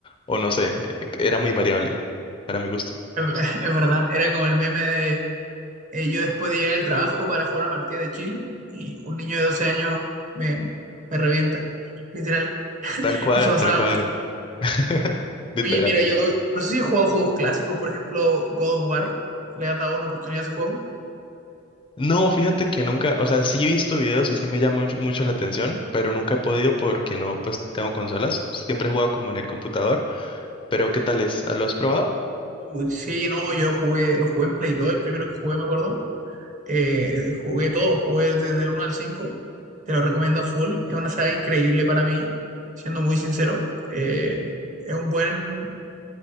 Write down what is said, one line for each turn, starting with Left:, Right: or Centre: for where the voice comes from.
Left: o no sé, eh, era muy variable para mi gusto.
Right: <laughs> es verdad, era como el meme de eh, yo después de llegar al trabajo para jugar una partida de chill y un niño de 12 años me, me revienta, literal.
Left: Tal cual,
Right: Eso pasaba
Left: tal cual.
Right: mucho.
Left: <laughs> Literal.
Right: Oye, mira, yo no sé si he jugado juegos clásicos, por ejemplo, God of War. ¿Le has dado una oportunidad a ese juego?
Left: No, fíjate que nunca, o sea, sí he visto videos y sí me llama mucho, mucho la atención, pero nunca he podido porque no, pues tengo consolas. Siempre he jugado como en el computador, pero ¿qué tal es? ¿Lo has probado?
Right: Uy, sí, no, yo lo jugué, lo jugué en Play 2, el primero que jugué, me acuerdo. Eh, jugué todo, jugué desde el uno al cinco Te lo recomiendo a full. Es una saga increíble para mí, siendo muy sincero. Eh, es un buen